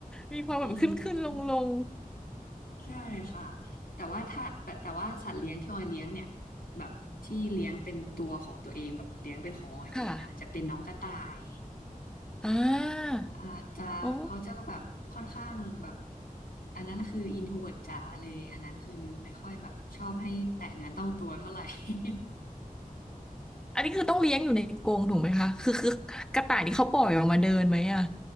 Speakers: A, in the centre; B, on the left.
A: มีความแบบขึ้นขึ้นลงลง
B: อืมใช่ค่ะแต่ว่าถ้าแต่แต่ว่าสัตว์เลี้ยงที่ออยเลี้ยงเนี่ยแบบที่เลี้ยงเป็นตัวของตัวเองแบบเลี้ยงเป็นของออยเองอ่ะจะเป็นน้องกระต่าย
A: ๆ <laughs> ค่ะ อ่า
B: อาจจะเขาจะก็แบบค่อนข้างแบบ
A: โอ้
B: อันนั้นคืออินโทรเวิร์ตจ๋าเลยอันนั้นคือไม่ค่อยแบบชอบให้แตะเนื้อต้องตัวเท่าไหร่ <laughs>
A: อันนี้คือต้องเลี้ยงอยู่ในกรงถูกไหมคะคือคือกระต่ายนี่เขาปล่อยออกมาเดินไหมอ่ะ